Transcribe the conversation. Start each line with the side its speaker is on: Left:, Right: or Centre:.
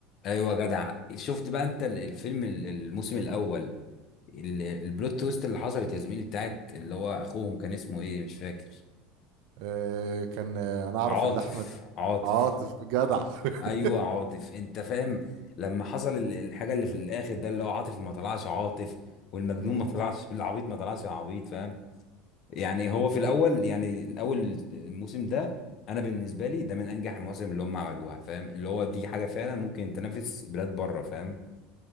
Left: ايوه جدع شفت بقى انت ال- الفيلم ال- الموسم الاول ال- البلوت تويست اللي حصلت يا زميلي بتاعت اللي هو اخوهم كان اسمه ايه مش فاكر
Right: آه، كان آه، انا اعرف
Left: عاطف
Right: اللي احمد
Left: عاطف
Right: عاطف جدع <laughs>
Left: ايوه عاطف انت فاهم لما حصل ال- الحاجه اللي في الاخر ده اللي هو عاطف ما طلعش عاطف والمجنون
Right: مم.
Left: ما <laughs> طلعش العبيط ما طلعش العبيط فاهم يعني هو في الاول يعني الاول الموسم ده انا بالنسبه لي ده من انجح المواسم اللي هم عملوها فاهم اللي هو دي حاجه فعلا ممكن تنافس بلاد بره فاهم